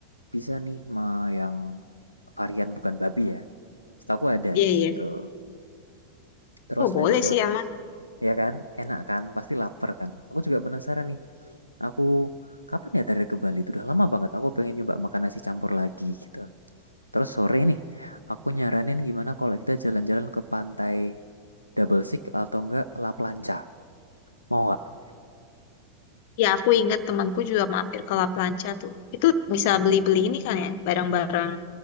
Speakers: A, on the left (about 80°); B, on the left (about 50°).
A: bisa nih ma yang varian bukan babi ya. Setahu aku ada
B: iya
A: di
B: iya.
A: situ. Terus
B: Oh boleh
A: nanti sore,
B: sih aman.
A: ya kan? Enak kan? Pasti lapar kan? Aku juga penasaran nih. Aku kapan ya terakhir ke Bali? Itu udah lama banget. Aku pengen nyoba makan nasi campur lagi gitu. Terus sore nih, aku nyaranin gimana kalau kita jalan-jalan ke pantai Double Six atau enggak La Plancha. Mau nggak?
B: Ya, aku ingat temanku juga mampir ke La Plancha tuh. Itu bisa beli-beli ini kan ya, barang-barang